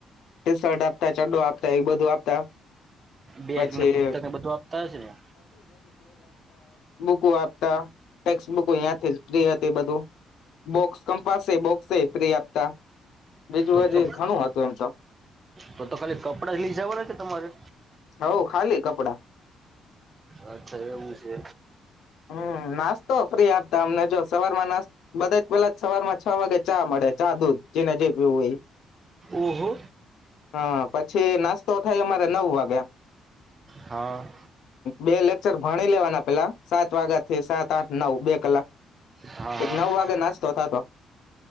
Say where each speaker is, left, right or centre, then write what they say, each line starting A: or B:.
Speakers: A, on the left; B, on the right.
A: ટી શર્ટ આપતા ચડડો આપતા એ બધું આપતા
B: બેકને
A: પછી
B: પુસ્તક ને બધું આપતા હશે ને
A: બુકો આપતા ટેક્સ્ટ બુકો અત્યાંથી જ ફ્રી હતી બધું બોક્સ કંપાસે બોક્સે ફ્રી આપતા બીજું
B: તો
A: હજી
B: તો
A: ઘણું હતું એમ તો
B: તો તો ખાલી કપડા જ લઈ જવાના કે તમારે
A: હ ખાલી કપડા
B: અચ્છા એવું છે.
A: હમ નાસ્તો ફ્રી આપતા અમને જો સવારમાં ના બધા પેલા સવાર માં છ વાગે ચા મળે ચા દૂધ જેને જે પીવું હોય એ
B: ઓહો
A: હા પછી નાસ્તો થાય અમારે નવ વાગ્યા
B: હા.
A: બે લેક્ચર ભણી લેવાના પેલા સાત વાગ્યાથી સાત આઠ નવ બે કલાક
B: હા
A: ઠેટ નવ
B: હા
A: વાગે નાસ્તો થાતો